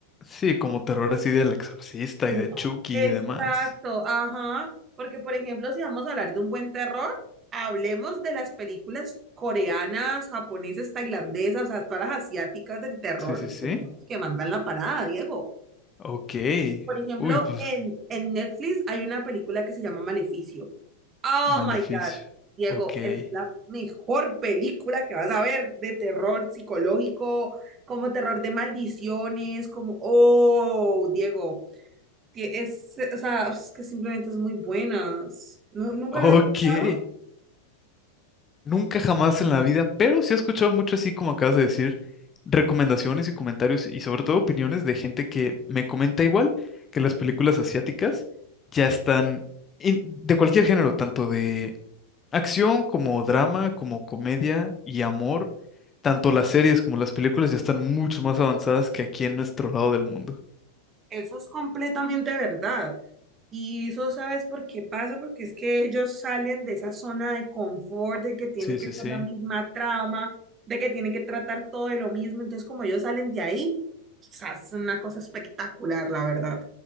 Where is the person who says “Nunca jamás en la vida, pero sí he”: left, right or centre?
Left